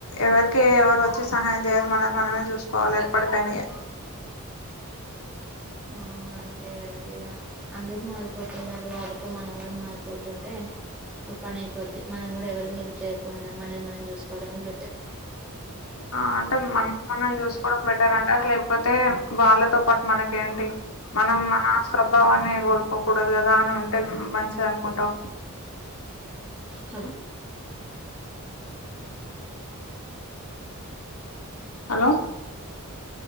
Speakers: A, on the left (about 80°); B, in the centre.
A: ఎవరికి ఎవరు వచ్చి సహాయం చేయరు మనది మనమే చూసుకోవాలి ఎప్పటికైనా ఇగ
B: ఆ అంతే కదా ఇగ అందరు మారిపోతున్నారు వాళ్ళ తో మనం గూడ మారిపోతుంటే ఓ పని అయిపోద్ది మనం గూడ ఎవరికి హెల్ప్ చేయకుండా మనది మనం చూసుకోవడమే బెటర్!
A: ఆ అంటే మనం మనం చూసుకోవడం బెటర్ అంటే లేకపోతే వాళ్ళతో పాటు మనకేంటి మనం మన స్వభావాన్ని కోల్పోకూడదు కదా అని ఉంటే మంచిది అనుకుంటం
B: హలో
A: హలో